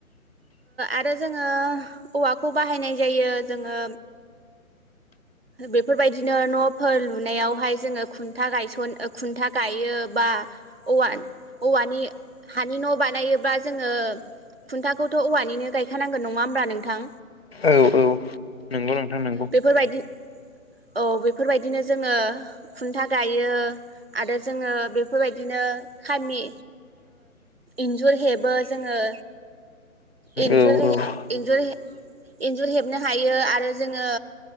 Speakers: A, on the right (about 45°); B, on the left (about 45°).
A: आरो जोङो <unintelligible> औवाखौ बाहायनाय जायो। जोङो बे बेफोरबायदिनो न'फोर लुनायावहाय जोङो खुनथा गायसन खुनथा गायो बा औवा औवानि हानि न' बानायोबा जोङो खुनथाखौथ' औवानिनो गायखानांगोन नङा होमब्ला नोंथां
B: औ औ नंगौ नोंथां नंगौ।
A: बेफोरबायदि औ बेफोरबायदिनो जोङो खुन्था गायो आरो जोङो बेफोरबायदिनो खामि इनजुर हेबो जोङो एन्जुर
B: औ औ
A: एन्जुर इन्जुर हेबनो हायो आरो जोङो